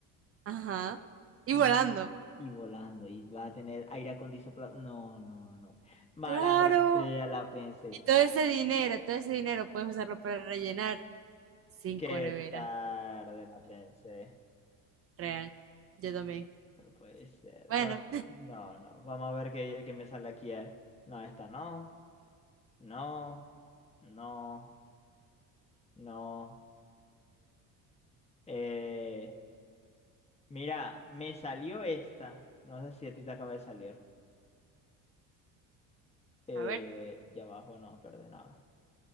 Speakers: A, on the right (about 35°); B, on the left (about 15°).
A: Ajá. Y
B: No,
A: volando.
B: y volando. Y vas a tener aire acondicionado. No, no, no. Malandra
A: Claro.
B: sea la penseta.
A: Y todo ese dinero, todo ese dinero puedes usarlo para rellenar cinco
B: Qué
A: neveras.
B: tarde la pensé.
A: Real. Yo también.
B: No puede ser.
A: Bueno,
B: Bueno, no, no. Vamos a ver qué, qué me sale aquí. eh. No, esta no. No, no, no. Eh, mira, me salió esta. No sé si a ti te acaba de salir. Eh,
A: <laughs> a ver.
B: ya abajo no, perdón, nada.